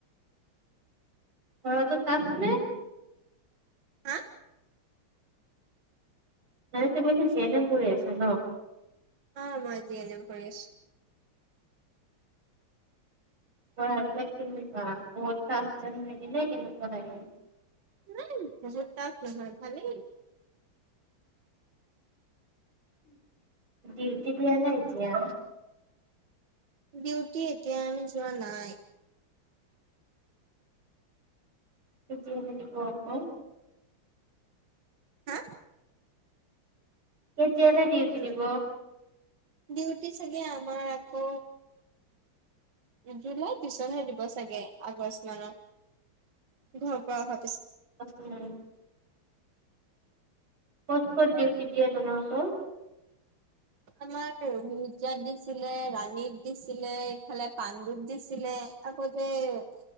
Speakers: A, on the right; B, on the right.
A: ঘৰটো তাপ নে?
B: হা হেল্ল'?
A: আৰু তুমি টো জি এছ নেম কৰি আছা।
B: অ' মই জি এছ নেম কৰি আছো।
A: পঢ়াবিলাক কেনেকুৱা বহুত টান টাননে নেকি নে কেনেকুৱা লাগে।
B: নাই বহুত টপ নহয় ভালেই।
A: ডিউটি দিয়া নাই এতিয়া।
B: ডিউটি এতিয়া আমি যোৱা নাই।
A: <unintelligible>
B: হা
A: কেতিয়ালে ডিউটি
B: হেল্ল'?
A: দিব।
B: ডিউটি চাগে আমাৰ আকৌ। জুলাই পিছতহে দিব চাগে, আগষ্ট মানত। ঘৰ পৰা অহা।
A: আচ <unintelligible> ক'ত ক'ত দিউটি দিয়ে তোমালোকৰ?
B: আমাৰ মিৰ্জাত দিছিলে ৰাণীক দিছিলে এইফালে পাণ্ডুত দিছিলে আকৌ যে <unintelligible>